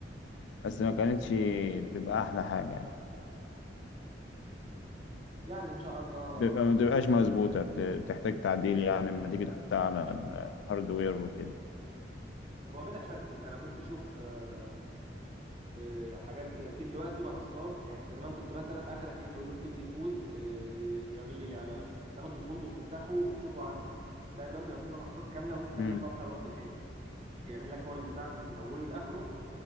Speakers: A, on the left; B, on the right.
A: بس ما كانتش بتبقى احلى حاجه يعني
B: يعني ان شاء الله
A: بتبقى ما بتبقاش مظبوطه بت- بتحتاج تعديل يعني لما تيجي تحطها على الهاردوير وكده
B: هو بلا شك انت لو جيت تشوف آه، آه، حاجات في دلوقتي منصات يعني انت زمان كنت مثلا اخرك ايه تقول له اكتب لي كود آه، يعمل لي لعبه مثلا فتاخد الكود وتنسخه وتشوفه عندك لا دلوقتي بقى في منصات كامله ممكن تعمل
A: مم.
B: لك موقع ويب كامل يعمل لك هو البتاع من اوله لاخره